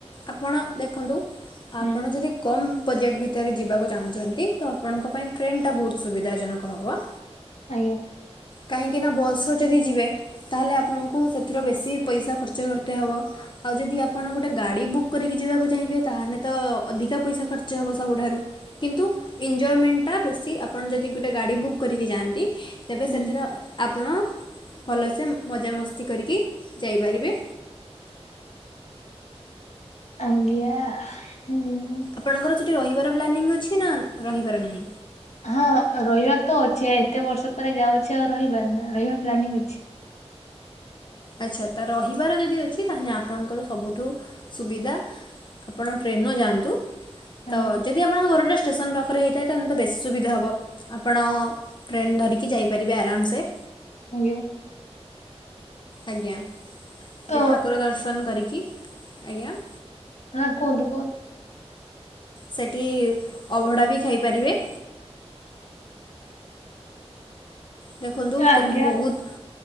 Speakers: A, on the left; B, on the left.
A: ଆପଣ ଦେଖନ୍ତୁ ଆପଣ
B: ହୁଁ
A: ଯଦି କମ ବଜେଟ୍ ଭିତରେ ଯିବାକୁ ଚାହୁଁଛନ୍ତି ତ ଆପଣଙ୍କ ପାଇଁ ଟ୍ରେନ ଟା ବହୁତ ସୁବିଧା ଜନକ ହବ।
B: ଆଜ୍ଞା।
A: କାହିଁକିନା ବସର ଯଦି ଯିବେ ତାହେଲେ ଆପଣଙ୍କୁ ସେଥିରୁ ବେଶୀ ପଇସା ଖର୍ଚ୍ଚ କରତେ ହବ। ଆଉ ଯଦି ଆପଣ ଗୋଟେ ଗାଡ଼ି ବୁକ୍ କରିକି ଯିବାକୁ ଚାହିଁବେ ତାହେଲେ ତ ଅଧିକା ପଇସା ଖର୍ଚ୍ଚ ହେବ ସବୁଠାରୁ। କିନ୍ତୁ ଏଞ୍ଜୟମେଣ୍ଟଟା ବେଶୀ ଆପଣ ଯଦି ଗୋଟେ ଗାଡ଼ି ବୁକ୍ କରିକି ଯାଆନ୍ତି ତେବେ
B: ହୁଁ
A: ସେଥିର ଆପଣ ଭଲସେ ମଜାମସ୍ତି କରିକି ଯାଇପାରିବେ।
B: ଆଜ୍ଞା ଉଁ।
A: ଆପଣଙ୍କର ସେଠି ରହିବାର ପ୍ଲାନିଂ ଅଛି ନା ରହିବାର ନାହିଁ।
B: ହଁ ରହିବାର ତ ଅଛି ଏତେ ବର୍ଷ ପରେ ଯାଉଛି ଆଉ ରହିବାର ନା ରହିବା ପ୍ଲାନିଂ ଅଛି।
A: ଆଚ୍ଛା ତା ରହିବାର ଯଦି ଅଛି ତାହେଲେ ଆପଣଙ୍କର ସବୁଠୁ ସୁବିଧା। ଆପଣ ଟ୍ରେନର ଯାଆନ୍ତୁ
B: ଆଜ୍ଞା
A: ତ ଯଦି ଆପଣଙ୍କ ଘରଟା ଷ୍ଟେସନ୍ ପାଖରେ ହେଇଥାଏ ତାହେଲେ ତ ବେଶୀ ସୁବିଧା ହେବ ଆପଣ ଟ୍ରେନ୍ ଧରିକି ଯାଇ ପାରିବେ ଆରାମସେ।
B: ଆଜ୍ଞା।
A: ଆଜ୍ଞା ସେଠି
B: ତ
A: ଠାକୁର ଦର୍ଶନ କରିକି ଆଜ୍ଞା।
B: ହଁ କୁହନ୍ତୁ କୁହନ୍ତୁ।
A: ସେଠି ଅବଡ଼ା ବି ଖାଇପାରିବେ। ଦେଖନ୍ତୁ
B: ଆଜ୍ଞା
A: ସେଠି ବହୁତ